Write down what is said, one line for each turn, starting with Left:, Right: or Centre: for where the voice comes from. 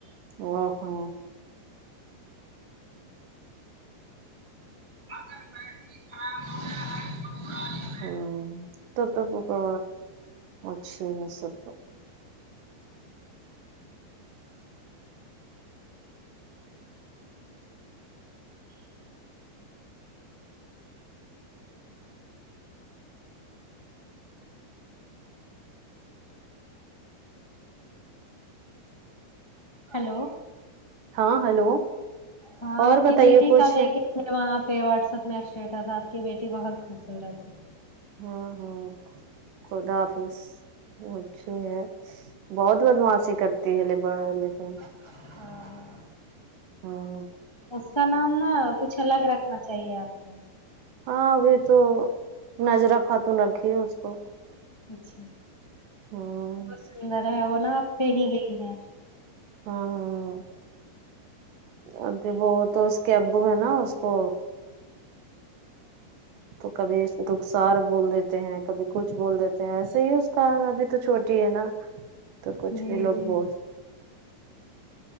Right: واہ ہو
Left: <inaudible> اگر بیٹری خراب ہو ج ہے تو
Right: ام تب تو ہو گا اچھا یہ سب
Left: ہیلو
Right: ہاں ہلو
Left: ہاں
Right: اور
Left: آپ
Right: بتائیے
Left: کی بیٹی
Right: کچھ
Left: کا دیکھے میں وہاں پہ واٹسپ میں اسٹیٹس تھا آپ کی بیٹی بہت خوبصورت ہے
Right: ہاں ہاں خدا حافظ وہ اچھی ہے بہت بدماشی کرتی ہے لے بڑ لیکن
Left: ہاں
Right: ہاں
Left: اس کا نام نا کچھ الگ رکھنا چاہیے آپ کو
Right: ہاں ابھی تو نظیر خاتون رکھی ہے اس کو
Left: اچھا
Right: ہوں
Left: بہت سندر ہے وہ نا آپ پہ ہی گئی ہے
Right: ہاں ہاں ہاں ابھی وہ تو اس کے ابو ہے نا اس کو تو کبھی رخسار بول دیتے ہیں کبھی کچھ بول دیتے ہیں ایسے ہی اس کا ابھی تو چھوٹی ہی ہے نا تو کچھ
Left: جی
Right: بھی لوگ
Left: جی
Right: بول